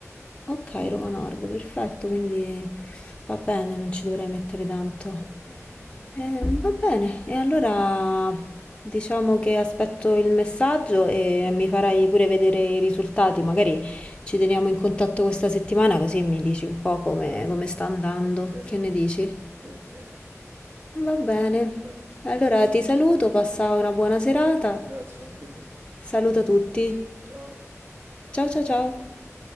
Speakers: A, on the left (about 20°); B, on the right (about 50°).
A: Ok, Roma
B: Sì.
A: Nord, perfetto, quindi va bene, non ci dovrei mettere tanto.
B: Mm, mm, mm.
A: Ehm, va bene, e allora diciamo che aspetto il messaggio e
B: Sì.
A: mi farai pure vedere i risultati, magari ci teniamo in contatto questa settimana così mi dici un po' come,
B: Va bene,
A: come sta andando,
B: volentieri,
A: che ne dici?
B: volentieri.
A: Va bene,
B: Bene,
A: allora ti saluto, passa una buona serata,
B: grazie anche tu.
A: saluta tutti,
B: Ciao,
A: ciao
B: ciao,
A: ciao ciao.
B: ciao.